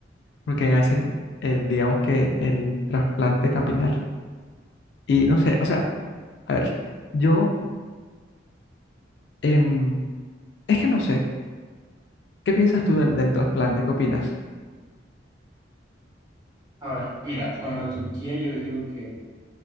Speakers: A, on the left; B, on the right.
A: porque hacen el, digamos que el trasplante capilar. Y no sé, o sea, a ver, yo, em, es que no sé, ¿qué piensas tú del, del trasplante? ¿Qué opinas?
B: A ver, mira, con lo de Turquía yo digo que, o